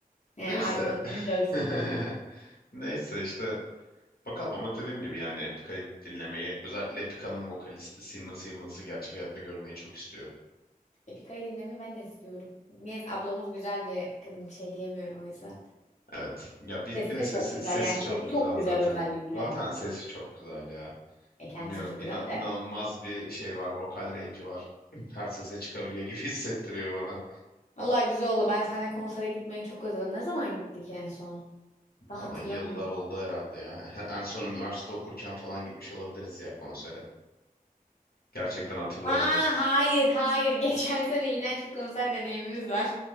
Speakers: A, on the left (about 50°); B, on the left (about 85°).
A: Ee,
B: Neyse.
A: Arda da seni dövsün
B: <laughs>
A: sonra.
B: Neyse işte Bakalım ama dediğim gibi yani Epica'yı dinlemeyi özellikle Epica'nın vokalisti Simon Simmons'ı gerçek hayatta görmeyi çok istiyorum.
A: Epika'yı dinlemeyi ben de istiyorum. Neyse ablamız güzel bir kadın bir şey diyemiyorum o yüzden.
B: Evet. Ya bir,
A: Sesi
B: bir de
A: de
B: sesi,
A: çok güzel
B: sesi
A: yani
B: çok
A: sesi
B: güzel
A: çok güzel
B: zaten.
A: özellikle.
B: Zaten sesi çok güzel ya.
A: E, kendisi
B: Bilmiyorum
A: de çok
B: ina-
A: güzel de.
B: inanılmaz bir şey var. Vokal range'i var. <clears throat> Her sese çıkabiliyor gibi <laughs> hissettiriyor bana.
A: Allah güzel oldu. Ben seninle konsere gitmeyi çok özledim. Ne zaman gittik en son?
B: Bana
A: Ben hatırlamıyorum.
B: yıllar oldu herhalde ya. En son üniversite okurken falan gitmiş olabiliriz ya konsere. Gerçekten hatırlamıyorum.
A: Aa hayır hayır. <laughs> Geçen sene iğrenç bir konser deneyimimiz var.